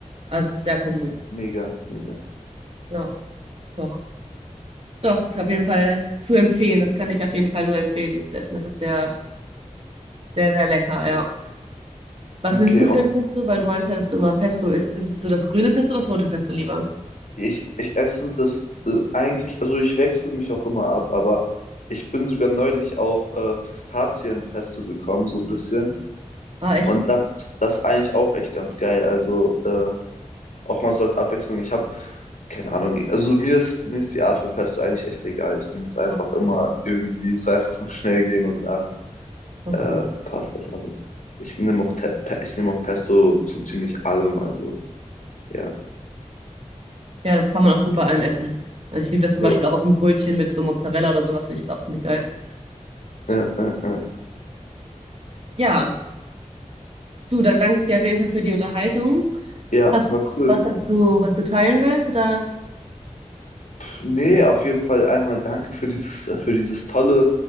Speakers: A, on the right; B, on the left.
A: Also es ist sehr kommun.
B: Mega, mega.
A: Ja, doch. Doch, Das ist auf jeden Fall zu empfehlen. Das kann ich auf jeden Fall nur empfehlen, dieses Essen. Das ist sehr, sehr, sehr lecker, ja. Was
B: Okay,
A: nimmst du
B: und
A: für ein Pesto? Weil du meinst ja, dass du immer Pesto isst. Isst du das grüne Pesto oder das rote Pesto lieber?
B: Ich, ich esse das, d- eigentlich, also ich wechsle mich auch immer ab, aber ich bin sogar neulich auf äh, Pistazienpesto gekommen, so ein bisschen.
A: Ah, echt?
B: Und das, das ist eigentlich auch echt ganz geil. Also äh, auch mal so als Abwechslung. Ich habe keine Ahnung, also mir ist, mir ist die Art von Pesto eigentlich echt egal. Ich nehme es einfach
A: Okay.
B: immer irgendwie, es soll einfach nur schnell gehen und dann
A: Okay.
B: äh, passt das alles. Ich nehme auch, Te- Pe- ich nehme auch Pesto zu ziemlich allem, also ja.
A: Ja, das kann man auch gut bei allem essen. Also ich liebe das zum
B: Jo.
A: Beispiel auch auf ein Brötchen mit so Mozzarella oder sowas, finde ich das auch ziemlich geil.
B: Äh, äh, äh.
A: Ja, du, dann danke ich dir auf jeden Fall für die Unterhaltung.
B: Ja,
A: Hast
B: war
A: du
B: cool.
A: was, was du, was du teilen willst oder?
B: Nee, auf jeden Fall einmal danke für dieses, für dieses tolle,